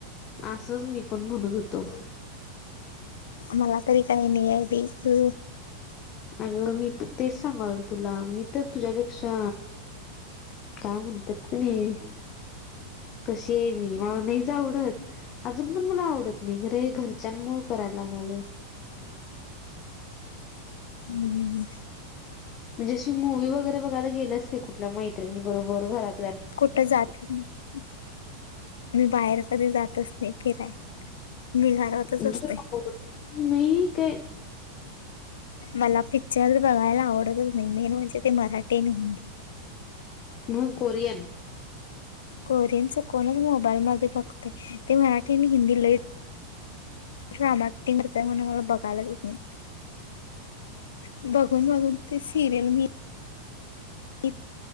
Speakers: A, on the left; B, on the left.
A: असंच मी पण म्हणत होतो.
B: आमला तरी काही नाही आहे बी तू.
A: अगं मी पण तेच सांगायलोय तुला मी तर तुझ्यापेक्षा काय म्हणतात की नाही कशी आहे मी. नाहीच आवडत अजून पण मला आवडत नाही खरे घरच्यां मूळ करायला लागाले.
B: हम्.
A: म्हणजे असं मूवी वगैरे बघायला गेलंस काय कुठल्या मैत्रिणीबरोबर घरात
B: कुठे जात नाही. मी बाहेर कधी जातच नाही फिराय मी घरातच
A: म्हणजे
B: असतय.
A: नाही काय.
B: मला पिक्चर बघायला आवडतच नाही मेन म्हणजे ते मराठी आणि हिंदी.
A: मग कोरियन.
B: कोरियन च कोणच मोबाईल मध्ये बघतय ते मराठी आणि हिंदी लई ड्रामा ऍक्टिंग करत म्हण मला बघायलाच होत नाही बघ. बघून बघून ते सिरियल मी. ती